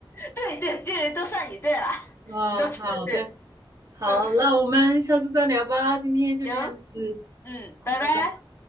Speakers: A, on the left; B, on the right.
A: 对对，这都算你对了，
B: 啊，
A: 你都对对，
B: 好的，好，
A: 嗯，
B: 那我们下次再聊吧，今天就这样子，
A: 行，嗯，
B: 好，
A: 拜拜。
B: 拜拜。